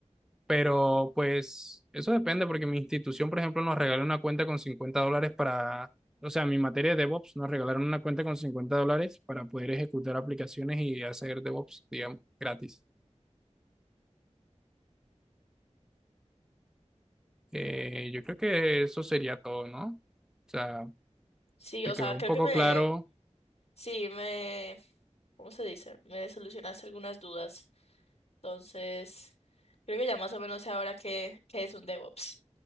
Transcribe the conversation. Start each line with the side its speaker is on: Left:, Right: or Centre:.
Centre: Pero pues eso depende porque mi institución, por ejemplo, nos regaló una cuenta con 50 dólares para, o sea, mi materia de DevOps nos regalaron una cuenta con 50 dólares para poder ejecutar aplicaciones y hacer DevOps, digamos, gratis. Eh, yo creo que eso sería todo, ¿no? O sea,
Left: Sí,
Centre: te
Left: o sea,
Centre: quedó
Left: creo
Centre: un poco
Left: que me,
Centre: claro
Left: sí, me, ¿cómo se dice? Me solucionaste algunas dudas. Entonces, creo que ya más o menos sé ahora qué, qué es un DevOps.